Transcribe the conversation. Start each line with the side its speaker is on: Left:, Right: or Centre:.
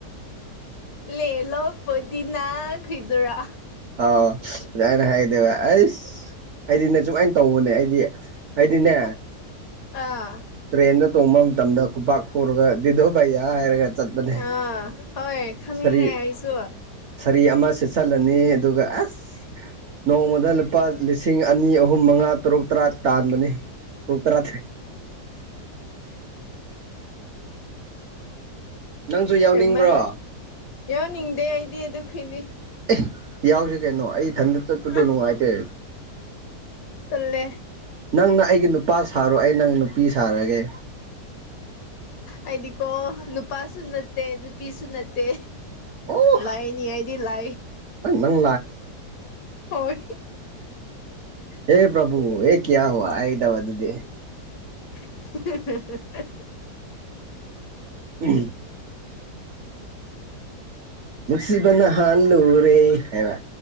Left: ꯂꯦꯂꯣ ꯄꯨꯗꯤꯅꯥ ꯈꯣꯏꯗꯨꯔꯥ
Right: ꯍ ꯑꯥꯎ ꯑꯗꯨ ꯑꯅ ꯍꯥꯏꯒꯗꯦꯕ ꯑꯩꯁ ꯑꯩꯗꯤꯅꯦ ꯁꯨꯃꯥꯏꯅ ꯇꯧꯕꯅꯦ ꯑꯩꯗꯤ ꯑꯩꯗꯤꯅꯦ
Left: ꯑꯥ
Right: ꯇ꯭ꯔꯦꯟꯗ ꯇꯣꯡꯕ ꯃꯇꯝꯗ ꯈꯨꯄꯥꯛ ꯈꯨꯔꯒ ꯗꯤꯗꯣ ꯚꯩꯌꯥ ꯍꯥꯏꯔꯒ ꯆꯠꯄꯅꯦ
Left: ꯑꯥ ꯍꯣꯏ ꯈꯪꯉꯦꯍꯦ
Right: ꯁꯥꯔꯤ
Left: ꯑꯩꯁꯨ
Right: ꯁꯥꯔꯤ ꯑꯃ ꯁꯤꯠꯆꯜꯂꯅꯤ ꯑꯗꯨꯒ ꯑꯁ ꯅꯣꯡꯃꯗ ꯂꯨꯄꯥ ꯂꯤꯁꯤꯡ ꯑꯅꯤ ꯑꯍꯨꯝ ꯑꯍꯨꯝ ꯃꯉꯥ ꯇꯔꯨꯛ ꯇꯔꯥ ꯇꯥꯟꯕꯅꯤ ꯇꯔꯨꯛ ꯇꯔꯥ ꯅꯪꯁꯨ ꯌꯥꯎꯅꯤꯡꯕ꯭ꯔꯣ
Left: ꯍꯦꯟꯃꯜꯂꯦ ꯌꯥꯎꯅꯤꯡꯗꯦ ꯑꯩꯗꯤ ꯑꯗꯨ ꯈꯨꯏꯅꯤ
Right: ꯑꯦ ꯌꯥꯎꯁꯤ ꯀꯩꯅꯣ ꯑꯩ ꯏꯊꯟꯗ ꯆꯠꯄꯥꯗꯣ
Left: ꯑ
Right: ꯅꯨꯡꯉꯥꯏꯇꯦ
Left: ꯇꯜꯂꯦ
Right: ꯅꯪꯅ ꯑꯩꯒꯤ ꯅꯨꯄꯥ ꯁꯥꯔꯣ ꯑꯩ ꯅꯪ ꯅꯨꯄꯤ ꯁꯥꯔꯒꯦ
Left: ꯑꯩꯗꯤꯀꯣ ꯅꯨꯄꯥꯁꯨ ꯅꯠꯇꯦ ꯅꯨꯄꯤꯁꯨ ꯅꯠꯇꯦ
Right: ꯑꯣ
Left: ꯂꯥꯏꯅꯤ ꯑꯩꯗꯤ ꯂꯥꯏ
Right: ꯅꯪ
Left: ꯍꯣꯏ
Right: ꯑꯦ ꯄ꯭ꯔꯚꯨ ꯑꯦ ꯀꯌꯥ ꯍꯨꯋꯥ ꯍꯥꯏꯗꯕꯥ ꯑꯗꯨꯗꯤ
Left: <inaudible>
Right: ꯎꯝ <unintelligible> ꯅꯨꯡꯁꯤꯕꯅ ꯍꯥꯜ ꯂꯨꯨꯔꯦ ꯍꯥꯏꯕ